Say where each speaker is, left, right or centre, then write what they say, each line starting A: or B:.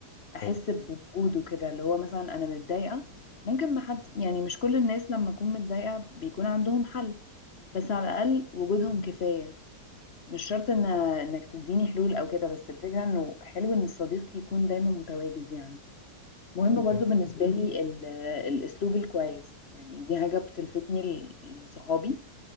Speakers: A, on the left; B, on the left.
A: احس
B: أيوة
A: بوجوده كده اللي هو مثلا انا متضايقة ممكن ما حد يعني مش كل الناس لما اكون متضايقة بيكون عندهم حل بس على الاقل وجودهم كفاية مش شرط ان انك تديني حلول او كده بس الفكره انه حلو ان الصديق يكون دايما متواجد يعني مهم
B: أكيد
A: برضو
B: أه
A: بالنسبه لي ال- الاسلوب الكويس يعني دي حاجه بتلفتني ل- لصحابي